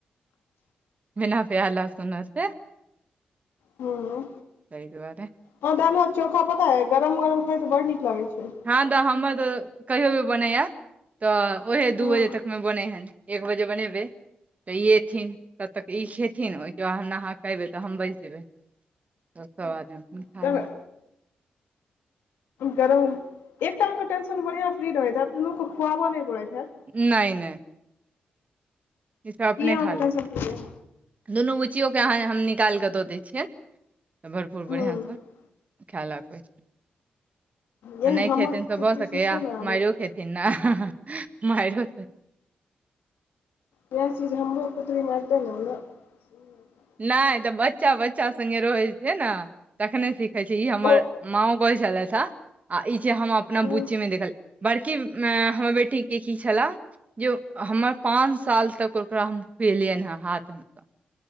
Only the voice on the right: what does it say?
बिना प्याज लहसुन सँ
तैहि दुआरे
हँ तऽ हमर तऽ कहियो भी बनैया तऽ ओहे
दू बजे तकमे बनै हन एक बजे बनेबै तऽ ई एथिन तब तक ई खेथिन ओहिके बाद हम नहां के अएबै तऽ हम बैज देबै त सब आदमी खा
लेतय
नैय नैय इ सब अपने
खा लै
दुनू बुच्चियोके अहाँ हम निकालि कऽ दऽ दैय छियै तऽ भरपूर बढ़िआँ
सँ खाय लगबै
आ नहि
खेथिन तऽ
भऽ सकैए
मारिओ खेथिन न मारो
नहि तऽ बच्चा बच्चा संगे रहै छैय न तखने सिखे छैय ई हमर
माओ कहय छलैथ हन आ ई जे हम अपना
बुचीमे देखल बड़की हमर बेटीके की छलाह जे हमर पाच साल तक ओकरा हम खुएलियन हन हाथ मे